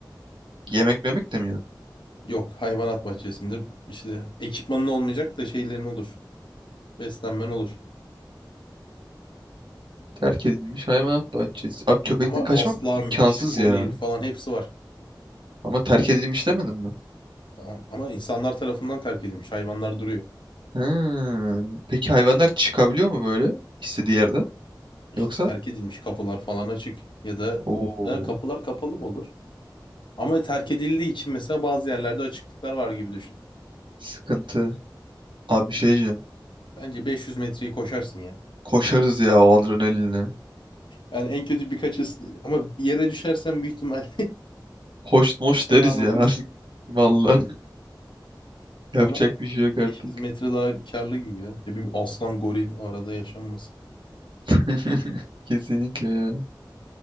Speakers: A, on the right; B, on the left.
A: Yemek memek demiyor.
B: Yok hayvanat bahçesinde işte ekipmanın olmayacak da şeylerin olur. Beslenmen olur.
A: Terk edilmiş hayvanat bahçesi. Abi köpekten
B: Ama
A: kaçmak
B: aslan
A: imkansız
B: işte goril
A: ya.
B: falan hepsi var.
A: Ama terk edilmiş demedim mi?
B: Tamam. Ama insanlar tarafından terk edilmiş. Hayvanlar duruyor.
A: Ha. Peki hayvanlar çıkabiliyor mu böyle istediği yerden?
B: İşte
A: Yoksa?
B: terk edilmiş kapılar falan açık ya da
A: Oo.
B: ya kapılar kapalı mı olur? Ama terk edildiği için mesela bazı yerlerde açıklıklar var gibi düşün.
A: Sıkıntı. Abi bir şey diyeceğim.
B: Bence 500 metreyi koşarsın ya.
A: Koşarız ya o adrenalinle.
B: Yani en kötü birkaç ıs- ama bir yere düşersen büyük ihtimal
A: Hoş
B: <laughs>
A: moş
B: selan
A: deriz
B: okunur.
A: ya. <laughs> Vallahi <laughs> yapacak
B: Ama
A: bir şey yok artık.
B: 500 metre daha karlı gibi ya. Ne bileyim aslan goril o arada yaşanmasın.
A: <laughs> Kesinlikle ya.